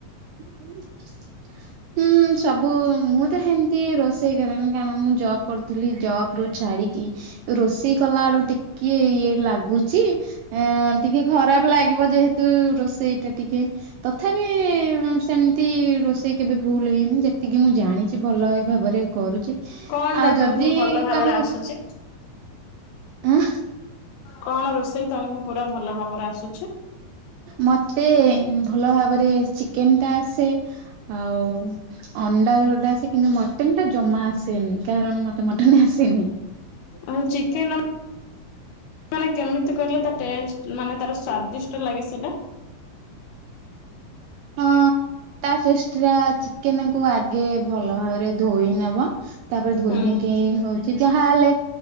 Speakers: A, on the right; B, on the left.
A: ହଁ ହ ହୁଁ ସବୁ ମୁଁ ତ ସେମିତି ରୋଷେଇ କରେନି କାରଣ ମୁଁ ଜବ୍ କରୁଥିଲି ଜବ୍ ରୁ ଛାଡିକି ରୋଷେଇ କଲା ବେଳୁ ଟିକେ ଇଏ ଲାଗୁଛି। ଆ ଟିକେ ଖରାପ ଲାଗିବ ଯେହେତୁ ରୋଷେଇଟା ଟିକେ ତଥାପି ସେମିତି ରୋଷେଇ କେବେ ଭୁଲ ହେଇନି ଯେତିକି ମୁଁ ଜାଣିଛି ଭଲ ଭାବରେ କରୁଛି।
B: କଣ ଟା
A: ଆଉ
B: ତମକୁ
A: ଯଦି
B: ଭଲ ଭାବରେ
A: କାହାକୁ
B: ଆସୁଛି
A: ଆଁ।
B: କଣ ରୋଷେଇ ତମକୁ ପୁରା ଭଲ ଭାବରେ ଆସୁଛି?
A: ମତେ ଭଲ ଭାବରେ ଚିକେନ ଟା ଆସେ। ଆଉ ଅଣ୍ଡା ଝୋଳଟା ଆସେ କିନ୍ତୁ ମଟନଟା ଜମା ଆସେନି କାରଣ ମତେ ତ ମଟନ ଆସେନି।
B: ଆଉ ଚିକେନ ମାନେ କେମିତି କହିଲ ତା ଟେଷ୍ଟ ମାନେ ତାର ସ୍ଵାଦିଷ୍ଟ ଲାଗେ ସେଇଟା।
A: ହଁ, <unintelligible> ଚିକେନ କୁ ଆଗେ ଭଲ ଭାବରେ ଧୋଇ ନବ। ତାପରେ ଧୋଇ
B: ହୁଁ
A: ନେଇକି ହଉଛି ଯାହା ହେଲେ